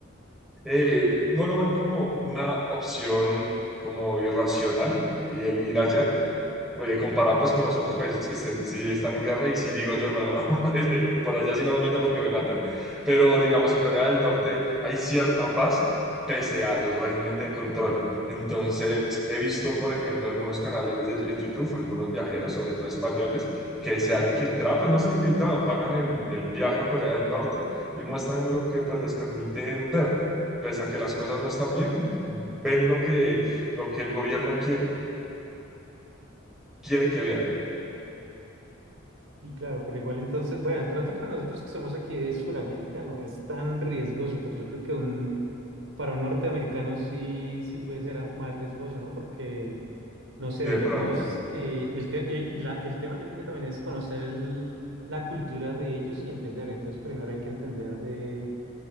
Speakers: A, in the centre; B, on the right.
A: eh, no lo veo como una opción como irracional el ir allá, eh, comparado pues con los otros países que se- sí están en guerra y sí digo yo, no, no, no, <laughs> por allá sí no me meto porque me matan. Pero digamos, en Corea del Norte hay cierta paz pese al régimen de control. Entonces, he visto, por ejemplo, algunos canales de- en YouTube, algunos viajeros, sobre todo españoles, que se han infiltrado, pues no se han infiltrado, pagan el, el viaje a Corea del Norte y muestran lo que pues les permiten ver. Pese a que las cosas no están bien, ven lo que, lo que el gobierno quiere, quiere que vean.
B: Y claro, pero igual entonces, bueno, de pronto para nosotros que somos aquí de Sudamérica no es tan riesgoso, pero yo creo que un, para un norteamericano sí, sí puede ser a- más riesgoso, ¿no? Porque No sé,
A: De
B: digamos,
A: pronto,
B: eh, el, te- eh, la- el tema yo creo que también es conocer el- la cultura de ellos y entender. Entonces, primero hay que entender de,